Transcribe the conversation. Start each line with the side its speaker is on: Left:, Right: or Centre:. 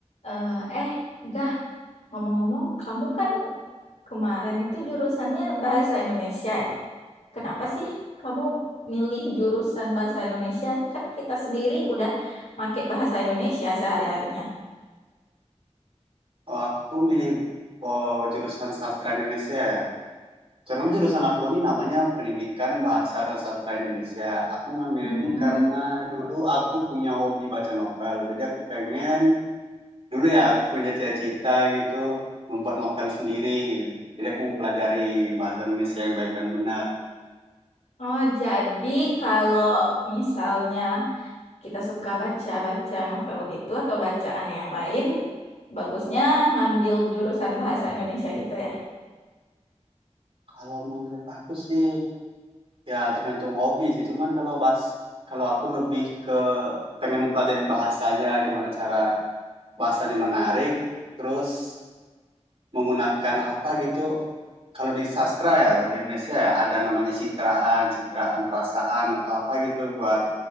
Left: Eh, eh, dah ngomong-ngomong, kamu kan kemarin itu jurusannya bahasa Indonesia ya? Kenapa sih kamu milih jurusan bahasa Indonesia? Kan kita sendiri udah make bahasa Indonesia sehari-harinya.
Right: Oh, aku milih oh, jurusan sastra Indonesia ya. Karena jurusan aku ini namanya Pendidikan Bahasa dan Sastra Indonesia. Aku ngambil
Left: Hmm.
Right: ini karena dulu aku punya hobi baca novel. Jadi aku pengen dulu ya aku punya cita-cita gitu membuat novel sendiri gitu. Jadi aku mempelajari bahasa Indonesia yang baik dan benar.
Left: Oh, jadi kalau misalnya kita suka baca-baca novel gitu atau bacaan yang lain, bagusnya ngambil jurusan bahasa Indonesia gitu ya?
Right: Kalau menurut aku sih ya tergantung hobi sih. Cuman kalau bahas kalau aku lebih ke pengen mempelajari bahasanya, gimana cara bahasanya menarik, terus menggunakan apa gitu. Kalau di sastra ya, di Indonesia ya, ada namanya citraan, citraan perasaan atau apa gitu buat